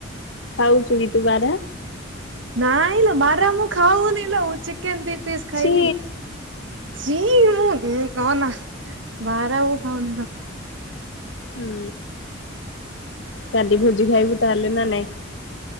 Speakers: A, on the left (about 70°); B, on the right (about 70°).
A: ଖାଉଛୁ କି ତୁ ବାରହା
B: ନାଇଁ ଲ ବାରା ମୁ ଖାଉନି ଲ ମୁ ଚି କେନ ଦୀ ପିସ୍ ଖାଇଲି
A: ଛି
B: ଚି ହୁଁ କହନା ବାରହା ମୁ ଖାଉନି ଲୋ
A: ହୁଁ କାଲି ଭୋଜି ଖାଇବୁ ତାହେଲେ ନା ନାଇଁ